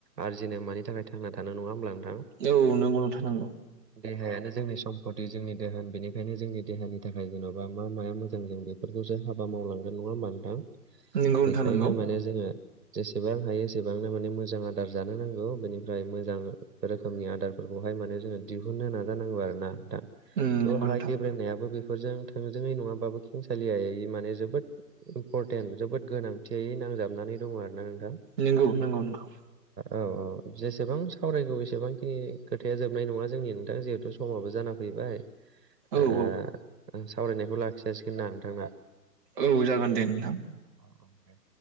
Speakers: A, on the right; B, on the right.
A: आरजिनो मानि थाखाय थांना थानो नङा होमब्ला नों
B: औ नोंगौ नोंथां नंगौ।
A: देहायानो जोंनि सम्पति जोंनि दोहोन बेनिखायनो जोंनि देहानि थाखाय जेन'बा मा माया मोजां जों बेफोरखौ सो हाबा मावलांगोन नङा होमबा नोंथां
B: नंगौ नोंथां
A: बेखायनो
B: नंगौ
A: माने जोङो जेसेबां हायो एसेबांनो माने मोजां आदार जानो नांगौ बेनि फ्राय मोजां रोखोमनि आदारफोरखौहाय माने जोङो दिहुननो नाजानांगौ आरो ना दा।
B: उम
A: थ
B: नंगौ
A: हा
B: नोंथां
A: ग्रेंनायाबो बे बेजों थोंजोङै नङाबो खेंसालियै माने जोबोद इम्परटेन्ट जोबोद गोनांथियै नांजाबनानै दङ आरो ना नों
B: नंगौ नंगौ नंगौ
A: औ औ जेसेबां सावरायगौ बेसेबां ए खोथाया जोबनाय नङा जोंनि नोंथां जिहेथु समाबो जाना फैबाय
B: औ
A: ओ
B: औ
A: सावरायनायखौ लाखिजासिगोन ना नोंथां ना।
B: औ जागोन दे नोंथां।
A: औ दे।